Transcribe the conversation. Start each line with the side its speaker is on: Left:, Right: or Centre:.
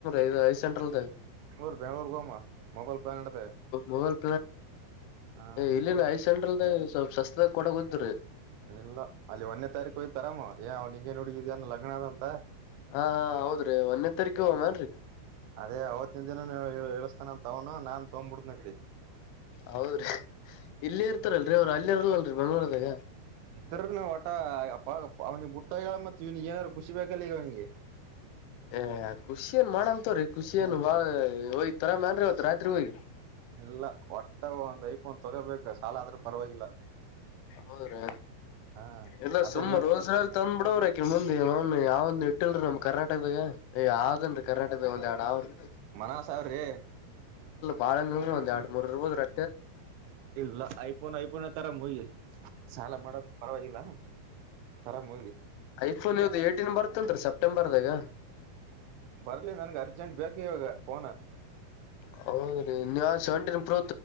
Left: ಇ ಐ ಸೆಂಟ್ರಲ್
Right: ಬೆಂಗಳೂರ್ ಬೆಂಗಳೂರ್ಗೆ ಹೋಗಮ್ಮ ಮೊಬೈಲ್ ಪ್ಲಾನ್ ಹಿಡ್ದೆ
Left: ಮೊಬೈಲ್
Right: ಹಾ
Left: ಇಲ್ಲಿನ ಐದು ಸೆಟ್ರಲ್ದ ಸ್ವಪ್ ಸಸ್ದಾಗ ಕೊಡದ್ರಿ
Right: ಇಲ್ಲ ಅಲ್ಲಿ ಒಂದೇ ತಾರೀಕು ಹೋಗ್ತರಾಮ ಏ ನಿಂಗಗೆ ನೋಡಗ ಇದನ್ ಲಗ್ನ ಅದಂತ
Left: ಹಾ ಹಾ ಹೌದ್ರಿ ಒಂದನೇ ತಾರೀಕು ಹೋಗಮನ್ರಿ
Right: ಅದೇ ಅವತ್ತಿನ ದಿನ ನೀ ಹೇಳಸ್ತಾನ ಅಂತ ತವನ ನಾನ್ ತಗ್ಬಿಡ್ತನ ಕಡಿ
Left: ಹೌದ್ರಿ ಇಲ್ಲೇ ಇರ್ತಾರಲ್ರರಿ ಅವರು ಅಲ್ಲಿ ಇರಲ್ಲಲ್ರರಿ ಬಂಗಳಾರದಾಗ
Right: ಇದ್ರನು ಒಟ ಅವ್ನಿಗೆ ಬುಟ್ಟ ಹೇಳ ಮ ಇವನಿಗೆ ಏನಾರು ಖುಷಿಬೇಕ ಗ ನಿಗೆ
Left: ಏ ಖುಷಿ ಏನ್ ಮಾಡಮಂತವ್ರರಿ ಖುಷಿ ಏನ್ ಬಾಳ ಒಯ್ತರಾಮ ಅನ್ರಿ ಇವತ್ ರಾತ್ರಿ ಹಯಿ
Right: ಇಲ್ಲ ಒಟ್ಟಾಗ ಒಂದ್ ಐಪ್ ಒಂದ ತೊಗೋಬೇಕ ಸಾಲ ಆದ್ರೂ ಪರವಾಗಿಲ್ಲ
Left: ಹೌದ್ರೀ
Right: ಹಾ
Left: ಇಲ್ಲ
Right: ಅದ
Left: ಸುಮ್ಮ
Right: ನೀ
Left: ರೋಜಲ್ ತಂದ್ ಬಿಡವ್ರಾಕ ಮುಂದ ಲೋನ್ ಯಾವ ಒಂದ್ ಇಟ್ಟಿಲ್ರಿ ನಮ್ ಕರ್ನಾಟಕದಾಗ ಯಾವದನ್ರರಿ ಕರ್ನಾಟಕದಾಗ ಒಂದ ಎರಡ್ಡ್ರಿ
Right: ಮನ ಸಾವ ರೇ
Left: ಬಾಳ ಒಂದ ಎರ ಮೂರುೂ ರ
Right: ಇಲ್ಲ ಐಫೋನ್ ಐಫೋನ್ ತರ ಮುಗಿ ಸಾಲ ಮಾಡೋದ ಪರವಾಗಿಲ್ಲ ರಾಾಮ ಹೋಗಿ
Left: ಐಫೋನ್ ಇದು ಏಟಿನ್ ಬರ್ತತ್ರಿ ಸೆಪ್ಟೆಂಬರ್ದಾಗ
Right: ಬರ್ಲಿ ನನ್ಗೆ ಅರ್ಜೆಂಟ್ ಬೇಕು ಇವಾಗ ಫೋನ
Left: ಹೌದ ರೀ ನೀ ಸೆವೆಂಟೀನ್ ಪ್ರೂ